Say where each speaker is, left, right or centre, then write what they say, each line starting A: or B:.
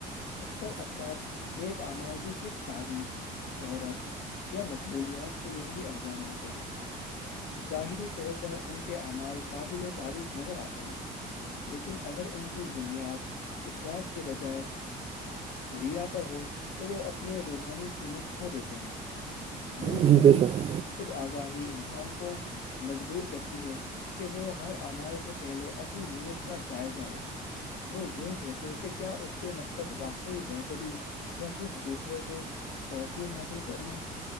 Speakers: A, on the left; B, on the right.
A: اکثر افراد نیک اعمال بھی صرف تعریف شہرت یا مقبولیات کے لیے ہی انجام دیتے ہیں ظاہری طور پر ان کے اعمال قابل تعریف نظر آتے ہیں لیکن اگر ان کی بنیاد اخلاص کے بجائے ریا پر ہو تو وہ اپنے روحانی قیمت کھو دیتے ہیں میرے نزدیک
B: جی بے شک
A: خود آگاہی انسان کو مجبور کر کہ وہ ہر امال سے پہلے اپنی نیت کا جائزہ لے وہ یہ سوچے کہ کیا اس کے مقصد واقعی بہتری یا صرف دوسروں کے تحسین حاصل کرنا